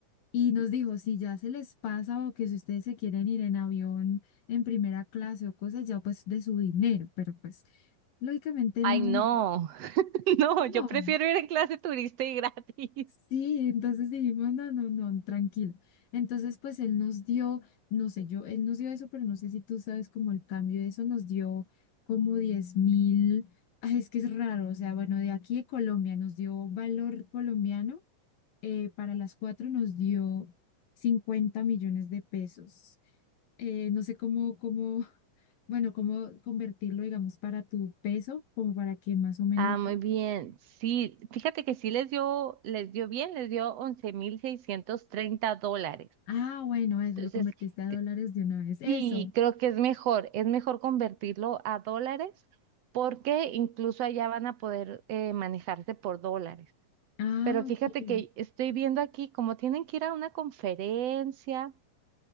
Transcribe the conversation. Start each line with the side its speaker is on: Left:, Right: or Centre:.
Left: Y nos dijo, si ya se les pasa o que si ustedes se quieren ir en avión en primera clase o cosas, ya pues de su dinero, pero pues lógicamente
Right: Ay,
Left: no,
Right: no, <laughs> no,
Left: <laughs>
Right: yo
Left: no.
Right: prefiero ir en clase turista y gratis.
Left: Sí, entonces dijimos, no, no, no, tranquilo. Entonces, pues él nos dio, no sé, yo, él nos dio eso, pero no sé si tú sabes como el cambio de eso, nos dio como diez mil, ay, es que es raro, o sea, bueno, de aquí de Colombia nos dio valor colombiano, eh, para las cuatro nos dio 50 millones de pesos. Eh, no sé cómo, cómo, <laughs> bueno, cómo convertirlo, digamos, para tu peso, como para que más o menos
Right: Ah, muy
Left: lo...
Right: bien. Sí, fíjate que sí les dio, les dio bien, les dio 11.630 dólares.
Left: Ah, bueno, eso,
Right: Entonces,
Left: lo convertiste a
Right: c-
Left: dólares de una vez. Eso.
Right: sí, creo que es mejor, es mejor convertirlo a dólares porque incluso allá van a poder eh, manejarse por dólares.
Left: Ah,
Right: Pero fíjate
Left: ok.
Right: que estoy viendo aquí, como tienen que ir a una conferencia